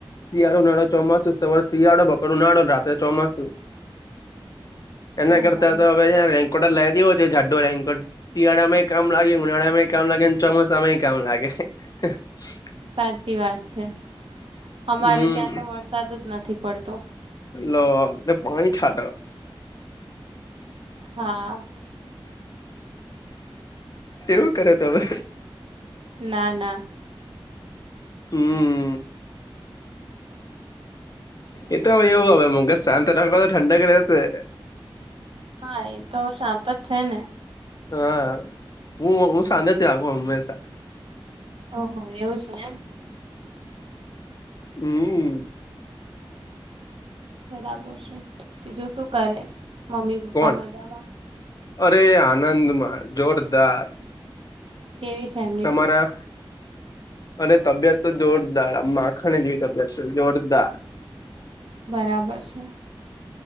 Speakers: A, on the left; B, on the right.
A: શિયાળો, ઉનાળો, ચોમાસુ સવાર શિયાળો, બપર ઉનાળો, રાત્રે ચોમાસું એના
B: બરાબર
A: કરતા હવે રેન્કોટ લાય દેયો છે જાડો રેન્કોટ શિયાળામાં કામ મ લાગે ઉનાળા માં કેમ લાગે ને ચોમાસામાંય કમ લાગે. <inaudible>
B: સાચી વાત છે. અમારે
A: હમ
B: ત્યાં તો વરસાદ જ નથી પડતો.
A: લ લો પાણી છાટ.
B: હા.
A: એવું કર્યો તમે.
B: ના ના.
A: હમ્મ. એતો એવું હવે મંગજ શાંત રાખ તો ઠંડક રહેશે.
B: હા એ તો શાંત જ છે ને
A: હા હું હું સાંત જ રાખું હંમેશા.
B: ઓહો એવું છે એમ.
A: હમ્મ.
B: બરાબર છે બીજું શું કરે મમ્મી - પપ્પા
A: કોણ
B: મજામાં?
A: અરે આનંદમાં જોરદાર
B: કેવી છે એમ?
A: તમારા. અ તબિયત તો જોરદાર આ માખાણ જેવી તબિયત છે જોરદાર
B: બરાબર છે.